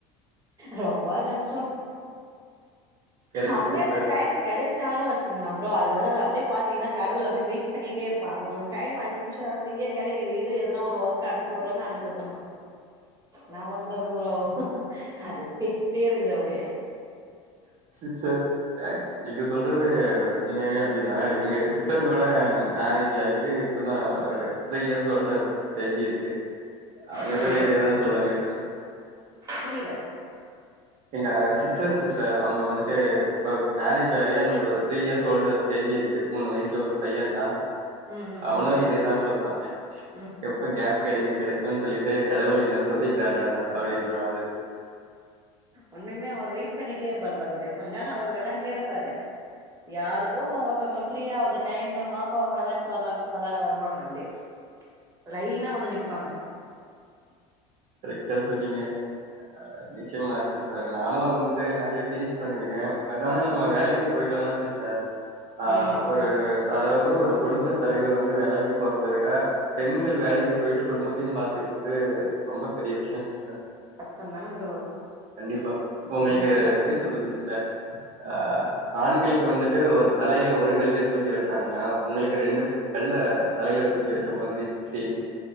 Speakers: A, on the right; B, on the right.
A: ரொம்பா கஷ்
B: கரெக்ட்
A: அப்புடியே
B: சிஸ்டர்
A: அந்த டைம் கெடச் சாலு வச் திங்ளா ப்ரோ அதுல அப்டே பாத்தீங்கனா கடவுள் அப்டி வெயிட் பண்ணிட்டேரு பா உனகு டைம் அஞ்சு நிம்ஷோ ஃப்ரீயா கெடைக்குது இரு எதுனா ஒரு ஒர்க்கு அனுப்பி வுர்றேன்னு அனுப்பிவுட்டுர்றா நா பண்ற ல ப்ரோ அதுப் பே டேருக்குது அவ்டே
B: செர் நீங்க சொல்றது உண்ம்யாவே அப்டிதா எங்க சிட்டரம்யோட மேரே ஜாயிட்டு இப்பதா ஒரு த்ரீ இயர்ஸ் ஓல்டரு பேபி இருக்கு அவுங்க
A: புரில
B: கூட இதேதா சொல்வாய்ங்க சிர்ச்சா
A: புரில
B: எங்க சிஸ்டரு சிஸ் டர் அவுங்க வந்துட்டு மேரேஜ் ஆயி அவுங்களுக்கு ஒரு த்ரீ இயர்ஸ் ஓல்டு பேபி இருக் கு மூணு வயசுல ஒரு பைய இருக்கா
A: ம் ம்
B: அவனு
A: ம்
B: இதேதா சொல்வா
A: ம்
B: எப்ப கேப் கெடைக்கூ கெடைக் டுன் சொல்லிட்டு கடவுள் என்ன சொதி கிறாருடா அப்புடின்றுவ நானு
A: உண்மையுமே அவர் வெயிட் பண்ணிட்டே இருப்பாரு பாருங்க கொஞ்ச நேரம் அவர் வெள்ளாண்டே இருப்பாரு யாருக்கும் ஒருத்தங்களுக் ஃப்ரீயாவுது டைமு வாப்பா வெள்ளாட்டு வர்லாண்ட்டு வெள்ளாட வருவாங்க அப்டே லைனா வந்து நிப் பாங்க
B: கரெக்டா சொன்னீங்க அ நிச்சயம்மா சிஸ்டர் நானு ட்டு நறையா ஃபேஸ் பண்ணிருக்கேன் பட் ஆனா நம்ம வேலைக்கு போயிட்டோன்னா சிஸ்டர் ஆ
A: ம்
B: ஒரு அதாவது ஒரு குடும்பத் தலைவர் வந்து வேலைக்கி போறத விட பெண்கள் வேலைக்கி போயிட்டு குடும்பத் தியும் பாத் துக்குறது ரொம்ப பெரிய விஷயம் சிஸ்டர்
A: கஷ்டம் தான ப்ரோ
B: கண்டிப்பா இப்ப உங்களுக்கு
A: தெரியுது
B: எப்புடி சொல்றது சிஸ்டர் ஆ ஆண்களுக் இங்க வந்துட்டு ஒரு தலையில ஒரு கல்லு தூக்கி வச்சாங்கன்னா உங்களுக்கு ரெண்டு கல்ல தலையில தூக் கி வச்ச மாதிரி ஃபீல்